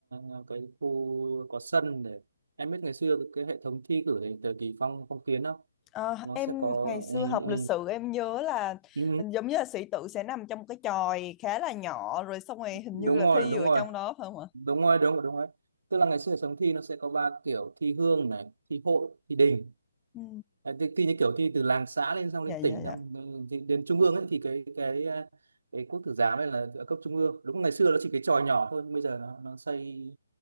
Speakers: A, on the right (about 75°); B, on the left (about 20°).
A: ờ, cái khu có sân để em biết ngày xưa cái hệ thống thi cử thì thời kỳ phong phong kiến không
B: Ờ,
A: nó
B: em
A: sẽ có
B: ngày xưa
A: ừ,
B: học
A: ừ,
B: lịch sử em nhớ là
A: ừ,
B: giống như là sĩ tử sẽ nằm trong một cái chòi khá là nhỏ rồi xong rồi hình
A: đúng
B: như là
A: rồi
B: thi
A: đúng
B: ở
A: rồi
B: trong đó phải không ạ?
A: đúng rồi đúng rồi đúng rồi tức là ngày xưa hệ thống thi nó sẽ có ba kiểu thi hương này thi hội thi đình
B: Ừ.
A: Đấy, thi, thi như kiểu thi từ làng xã lên xong lên
B: Dạ dạ
A: tỉnh
B: dạ.
A: xong ừ, thì đến trung ương ấy thì cái cái ờ, cái quốc tử giám này là ở cấp trung ương đúng ngày xưa nó chỉ cái chòi nhỏ thôi nhưng bây giờ nó nó xây